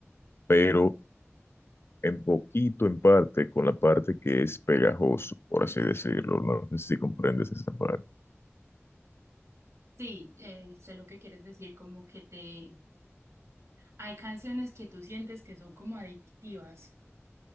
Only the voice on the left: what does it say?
pero en poquito, en parte, con la parte que es pegajoso, por así decirlo. No No sé si comprendes esa parte.